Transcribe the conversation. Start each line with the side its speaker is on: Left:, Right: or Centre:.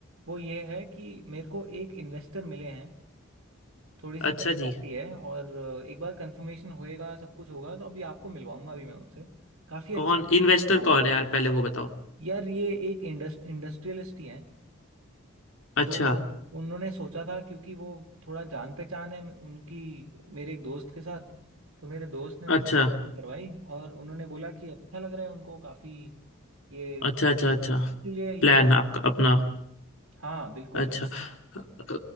Right: वो ये है कि मेरे को एक इन्वेस्टर मिले हैं थोड़ी
Left: अच्छा
Right: सी बड़ी पार्टी
Left: जी
Right: है और अ, एक बार कंफर्मेशन होएगा सब कुछ होगा तो अभी आपको मिलवाऊंगा भी मैं उनसे काफ़ी
Left: कौन
Right: अच्छे इंसान
Left: इन्वेस्टर
Right: हैं।
Left: कौन है यार पहले वो बताओ
Right: यार ये एक इंडस्ट इंडस्ट्रियलिस्ट ही हैं
Left: अच्छा
Right: तो उन्होंने सोचा था क्योंकि वो थोड़ा जान पहचान है उनकी मेरे एक दोस्त के साथ तो मेरे दोस्त ने उनसे
Left: अच्छा
Right: बात करवाई और उन्होंने बोला कि अच्छा लग रहा है उनको काफ़ी ये
Left: अच्छा अच्छा अच्छा
Right: इसीलिए ये
Left: प्लान
Right: बात
Left: आपका
Right: है।
Left: अपना
Right: हाँ बिल्कुल
Left: अच्छा अ,